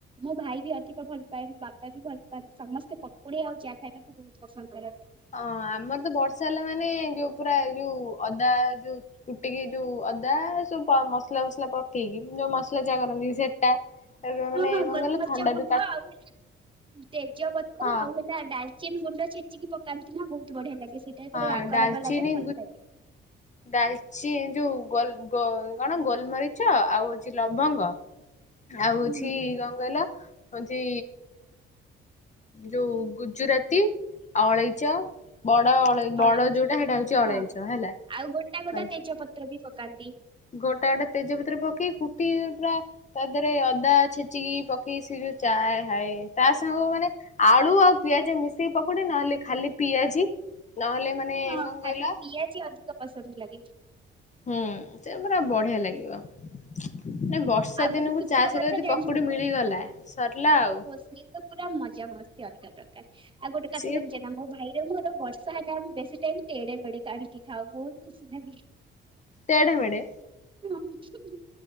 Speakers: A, on the right; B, on the left.
A: ମୋ ଭାଇ ବି ଅଧିକ ଭଲ ପାଆନ୍ତି ବାପା ବି ଭଲ ପାଆନ୍ତି ସମସ୍ତେ ପକୁଡି ଆଉ ଚା ଖାଇବାକୁ ବହୁତ ପସନ୍ଦ କରନ୍ତି।
B: ଅଁ ଆମର ତ ବର୍ଷା ହେଲା ମାନେ ଯୋଉ ପୁରା ଯୋଉ ଅଦା ଯୋଉ କୁଟିକି ଯୋଉ ଅଦା ସବୁ ମସଲା ଫସଲା ପକେଇକି ଯୋଉ ମସଲା ଯାହା କରନ୍ତି ସେଟା ତାପରେ ମାନେ
A: ହୁଁ ହଁ
B: କଣ
A: ଗୋଲମରିଚ
B: କହିଲ ଥଣ୍ଡା
A: ଗୁଣ୍ଡ
B: ବି କାଟ
A: ଆଉ ହେଲା ତେଜପତ୍ର
B: ହଁ
A: ଆଉ ହେଲା ଡାଲ ଡାଲଚିନ ଗୁଣ୍ଡ ଛେଚିକି ପକାନ୍ତି ନା ବହୁତ ବଢିଆ ଲାଗେ ସେଇଟା
B: ହଁ
A: ଗୋଟେ ରାଗ
B: ଡାଲଚିନି
A: ରାଗ ଲାଗେ ଭଲ ଲାଗେ।
B: ଡାଲଚି ଯୋଉ ଗୋଲ ଗୋ କଣ ଗୋଲମରିଚ ଆଉ ହଉଛି ଲବଙ୍ଗ ଆଉ ହଉଛି
A: ହୁଁ।
B: କଣ କହିଲ ହଉଛି ଯୋଉ ଗୁଜୁରାତି ଅଳଇଚ। ବଡ ଅଳେଇ
A: ଫଳେଇଛି
B: ବଡ ଯୋଉଟା ସେଇଟା ହଉଛି ଅଳେଇଚ
A: ହଁ ହଁ
B: ହେଲା।
A: ଆଉ ଗୋଟା ଗୋଟା
B: ହଉଛି
A: ତେଜ ପତ୍ର ବି ପକାନ୍ତି।
B: ଗୋଟା ଗୋଟେ ତେଜପତ୍ର ପକେଇ କୁଟି ତା ଦେହରେ ଅଦା ଛେଚିକି ପକେଇ ସେ ଯୋଉ ଚା ହାଏ ତା ସାଙ୍ଗ ମାନେ ଆଳୁ ତୁ ଆଉ ପିଆଜ ମିଶେଇି ପକୁଡି ନହେଲେ ଖାଲି ପିଆଜି ନହେଲେ ମାନେ
A: ହଁ
B: କଣ କହିଲ
A: ଖାଲି ପିଆଜି ଅଧିକ ପସନ୍ଦ ଲାଗେ।
B: ହୁଁ ସେ ପୁରା ବଢିଆ ଲାଗିବ। ମାନେ ବର୍ଷା
A: ଆଉ ଗୋଟେ
B: ଦିନକୁ
A: ଖୁସିର
B: ଚା ସହିତ
A: କଥା
B: ଯଦି
A: ଜାଣିଛନା
B: ପକୁଡି ମିଳିଗଲା ସରିଲା ଆଉ
A: ମୋ ସିଏ ତ ପୁରା ମଜା। ସମସ୍ତେ ଅଲଗା ଦରକାର ଆଉ ଗୋଟେ କଥା
B: ସିଏ
A: ଜାଣିଛନା ମୋ ଭାଇରେ ମୋର ବ ସହାନ ଆମେ ବେସି ଟାଇମ ଟେଡେ ଆଣିକି ଖାଉ ବହୁତ ଖୁସି ନାଗେ।
B: ତେଡେମେଡ଼େ।
A: <unintelligible>